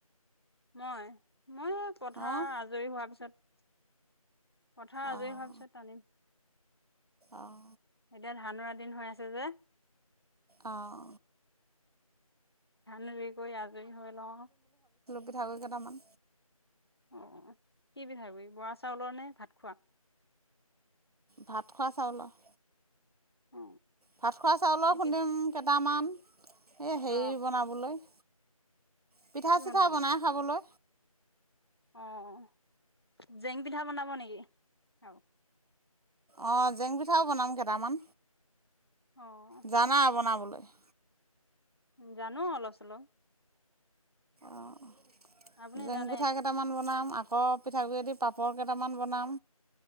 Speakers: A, on the left; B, on the right.
A: মই মই পথাৰ
B: অঁ
A: আজৰি হোৱাৰ পিছত পথাৰ আজৰি
B: অঁ
A: হোৱাৰ পিছত টানিম
B: অঁ
A: এতিয়া ধা ধান ৰুৱা দিন হৈ আছে যে
B: অঁ
A: ধান বিক্ৰী কৰি আজৰি হৈ লওঁ আও
B: পিঠাগুড়ী কেইটামান
A: অ কি পিঠাগুৰি বৰা চাউলৰ নে ভাত খোৱা
B: ভাত খোৱা চাউলৰ
A: অ
B: ভাত খোৱা চাউলৰ
A: কি
B: খুন্দিম
A: পি
B: কেইটামান এই হেৰি
A: অ
B: বনাবলৈ পিঠা
A: কি
B: চিঠা
A: বনাব
B: বনাই খাবলৈ
A: অঁ জেং পিঠা বনাব নেকি আৰু
B: অঁ জেং পিঠাও বনাম কেটামান
A: অ
B: জানা বনাবলৈ <inaudible>
A: জানো অলপ চলপ
B: অঁ
A: আপুনি
B: জেং
A: জানে
B: পিঠা কেইটামান বনাম আকৌ আকৌ পিঠাগুড়িদি পাপৰ কেইটামান বনাম